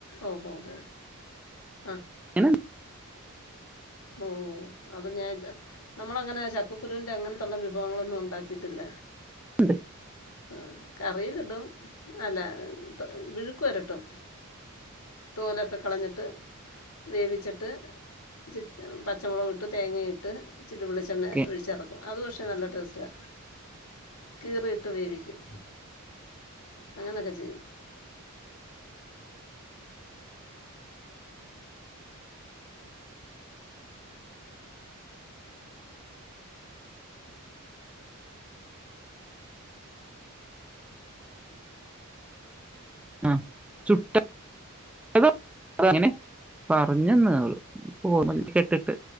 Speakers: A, on the left; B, in the centre.
A: ഓഹോ ഹോ ആ
B: ഇങ്ങനം
A: ഉം അപ്പൊ ഞാൻ ഇത് നമ്മള അങ്ങനെ ചക്കക്കുരുവിന്റെ അങ്ങൻത്തുള്ള വിഭവങ്ങളൊന്നും ഉണ്ടാക്കീട്ടില്ല
B: ഇണ്ട്
A: ആഹ് കറീലിടും അല്ല വിഴുക്ക് വെരട്ടും തോലൊക്കെ കളഞ്ഞ്ട്ട് വേവിച്ച്ട്ട് ചി പച്ചമൊളക്ഇട്ട് തേങ്ങ ഇട്ട് ഇച്ചിരി വെളിച്ചെണ്ണ
B: എന്തൊക്കെ
A: ഒഴിച്ചെറക്കും അത് പക്ഷേ നല്ല ടേസ്റ്റാ കീറിയിട്ട് വേവിക്കും അങ്ങനെക്കെ ചെയ്യും
B: ആഹ് ചുട്ട് അ അങ്ങനെ പറഞ്ഞന്ന അവള് ഓർമല്ല എക്കെഇട്ട്ട്ട്